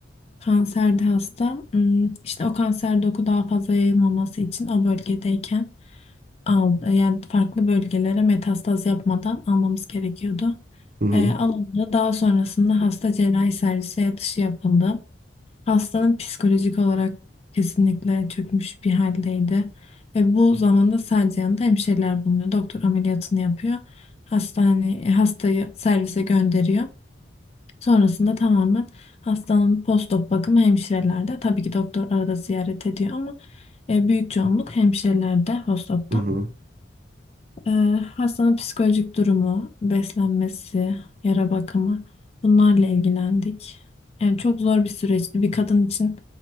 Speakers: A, on the left; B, on the right.
A: Kanserde hasta. Hmm, işte o kanser doku daha fazla yayılmaması için o bölgedeyken al, e, yani farklı bölgelere metastaz yapmadan almamız gerekiyordu.
B: Hı hı.
A: E, alındı. Daha sonrasında hasta cerrahi servise yatışı yapıldı. Hastanın psikolojik olarak kesinlikle çökmüş bir haldeydi. Ve bu zamanda sadece yanında hemşireler bulunuyor. Doktor ameliyatını yapıyor. Hastane, e, hastayı servise gönderiyor. Sonrasında tamamen hastanın postop bakımı hemşirelerde. Tabii ki doktor arada ziyaret ediyor ama e, büyük çoğunluk hemşirelerde postopta.
B: Hı hı.
A: E, hastanın psikolojik durumu, beslenmesi, yara bakımı bunlarla ilgilendik. Yani çok zor bir süreçti. Bir kadın için